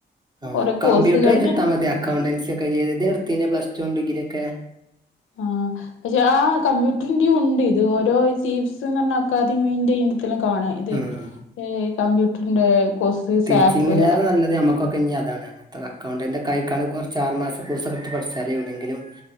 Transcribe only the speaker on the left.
കൊറേ കോഴ്സുകൾ
ഇങ്ങനെ
ആഹ് പക്ഷെ ആ കമ്പ്യൂട്ടറിന്റിയും ഉണ്ട് ഇത് ഓരോ ചീഫ്സ്ന്ന് പറഞ്ഞ അക്കാദമിന്റെ ഈ ഇതെല്ലാം കാണാ ഇത്
ഏ് കമ്പ്യൂട്ടറിന്റെ കോഴ്സ്
സാപ്പ്